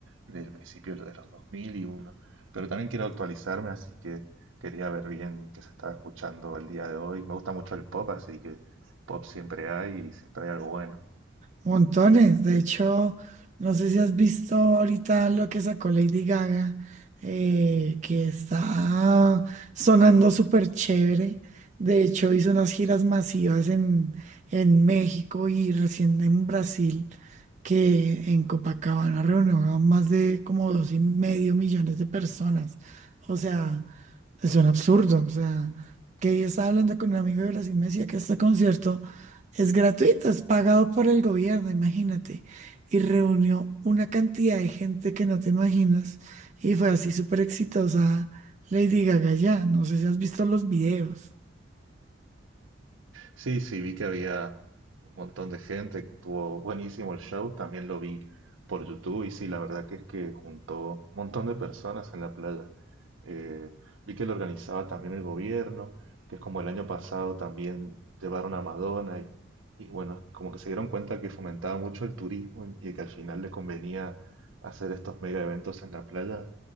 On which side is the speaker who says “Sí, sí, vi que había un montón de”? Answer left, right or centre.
Right